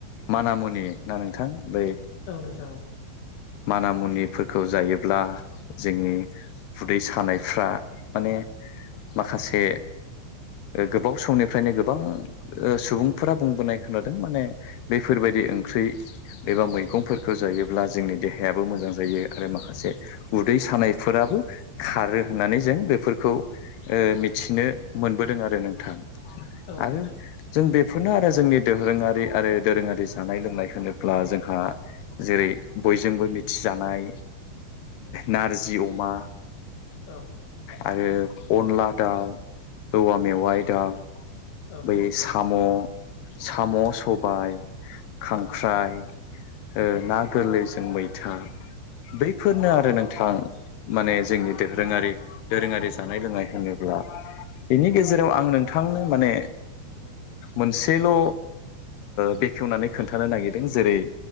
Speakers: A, on the left (about 70°); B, on the left (about 90°).
A: मान मुनि ना नोंथां बै
B: औ नोंथां
A: मान मुनिफोरखौ जायोब्ला जोंनि उदै सानायफ्रा माने माखासे गोबाव समनिफ्रायनो गोबां सुबुंफोरा बुंबोनाय खोनादों माने बेफोरबायदि ओंख्रि एबा मैगंफोरखौ जायोब्ला जोंनि देहायाबो मोजां जायो आरो माखासे उदै सानायफोराबो खारो होननानै जों बेफोरखौ मिथिनो मोनबोदों आरो नोंथां
B: औ
A: आरो
B: नोंथां
A: जों बे बेखौनो आरो जोंनि दोरोङारि आरो दोरोङारि जानाय लोंनाय होनोब्ला जोंहा जेरै बयजोंबो मिथिजानाय नारजि अमा
B: औ
A: आरो अनला दाउ औवा मेवाइ
B: औ
A: दाउ
B: औ
A: बै साम' साम' सबाय खांख्राइ
B: औ
A: ओ ना गोरलैजों मैथा बैफोरनो आरो नोंथां माने जोंनि दोरोङारि दोरोङारि जानाय लोंनाय होनो बिनि गेजेराव आं नोंथांनो माने मोनसेल' बेखेवनानै खोन्थानो नागिरदों जेरै